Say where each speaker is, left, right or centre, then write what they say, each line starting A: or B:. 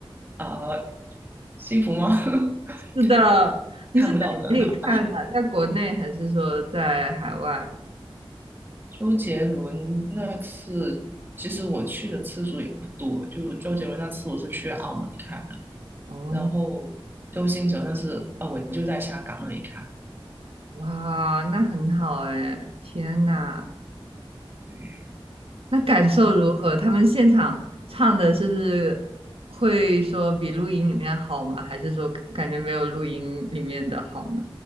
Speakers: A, on the right; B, on the right.
A: 呃，啊幸福吗？<laughs>
B: 是的，你是在哪里看的？
A: 看不到人了。
B: 在国内还是说在海外？
A: 周杰伦那次，其实我去的次数也不多，就周杰伦那次我是去澳门看的，
B: 哦，
A: 然后周星哲那次，啊，我就在香港那里看。
B: 哇，那很好哎，天呐，
A: 对，
B: 那感受如何？他们现场唱的是不是会说比录音里面好吗？还是说感觉没有录音里面的好呢？